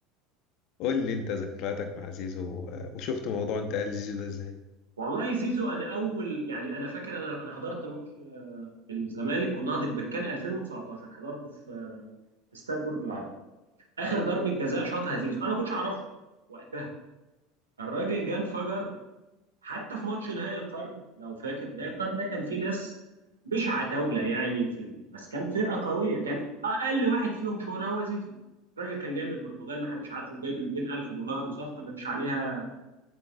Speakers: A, on the left (about 55°); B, on the right (about 90°).
A: قول لي انت ذكرياتك مع زيزو و- وشفت موضوع انتقال زيزو ده ازاي
B: والله زيزو انا اول يعني انا فاكر انا انا حضرت ماتش آه، الزمالك ونهضة بركان 2019 حضرته في آه، في استاد برج العرب اخر ضربه جزاء شاطها زيزو انا ما كنتش اعرفه وقتها الراجل جه انفجر حتى في ماتش نهائي القرن لو فاكر نهائي القرن ده كان فيه ناس مش عتاوله يعني في ال... بس كان فرقه قويه كان اقل واحد فيهم شهره هو زيزو الراجل كان جاي من البرتغال ما حدش عارفه جايب 200 الف دولار وصفقه ما فيش عليها